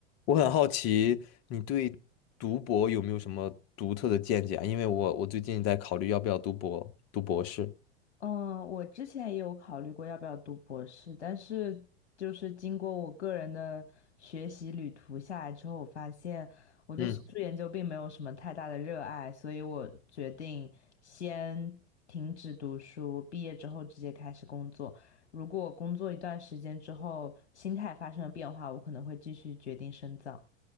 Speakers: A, on the left (about 45°); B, on the left (about 80°).
A: 我很好奇，你对读博有没有什么独特的见解啊？因为我我最近在考虑要不要读博，读博士。
B: 嗯，我之前也有考虑过要不要读博士，但是就是经过我个人的学习旅途下来之后，我发现我对学术研究并没有什么太大的热爱，
A: 嗯
B: 所以我决定先停止读书，毕业之后直接开始工作。如果工作一段时间之后，心态发生了变化，我可能会继续决定深造。